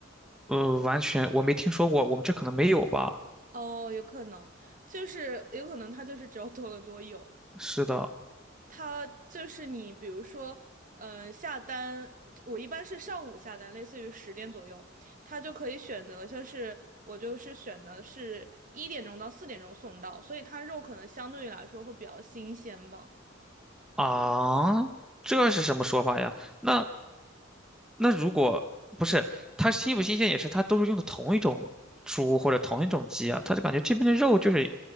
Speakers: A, in the centre; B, on the right.
A: 呃，完全我没听说过，我们这可能没有吧？
B: 哦，有可能，就是有可能它就是只有多伦多有。
A: 是的，
B: 它就是你，比如说，嗯、下单，我一般是上午下单，类似于十点左右，它就可以选择，像是我就是选的是一点钟到四点钟送到，所以它肉可能相对于来说会比较新鲜吧，
A: 啊，这是什么说法呀？那那如果不是它新不新鲜，也是它都是用的同一种猪或者同一种鸡啊，它就感觉这边的肉就是